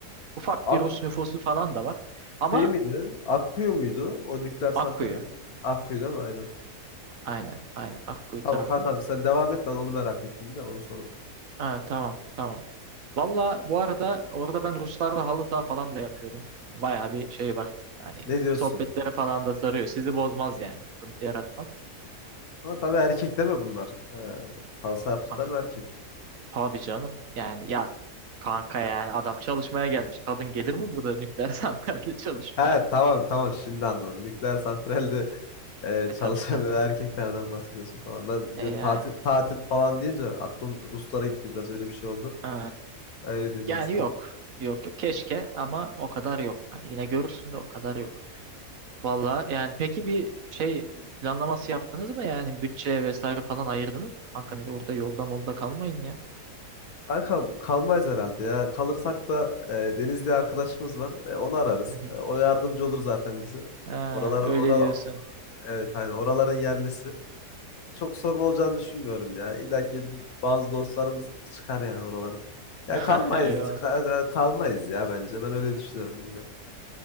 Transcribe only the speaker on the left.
Ak
şey miydi? Akkuyu muydu? O nükleer santral
Akkuyu değil mi? Aynen.
Tamam
kankam sen devam et ben onu merak ettim bir de onu sordum.
Ne diyorsun?
Ama tabii erkek değil mi bunlar? Ee, halsa yaptıkların
erkek.
Ha tamam tamam şimdi anladım. Nükleer santralde e,
çalışan
<laughs> erkeklerden bahsediyorsun. Tamam ben
bir
tatil tatil falan deyince aklım Ruslara gitti biraz öyle bir şey oldu.
Öyle diyeyim
ben sana.
Kanka kalmayız herhalde ya. Kalırsak da e, Deniz diye arkadaşımız var. E, onu ararız.
E, o yardımcı olur zaten bize.
Oraların
oralar
evet hani oraların yerlisi Çok sorun olacağını düşünmüyorum ya. İlla ki bazı dostlarımız çıkar yani oralardan.
Ya kalmayız,
ka- ka- kalmayız ya bence. Ben öyle düşünüyorum, bilmiyorum.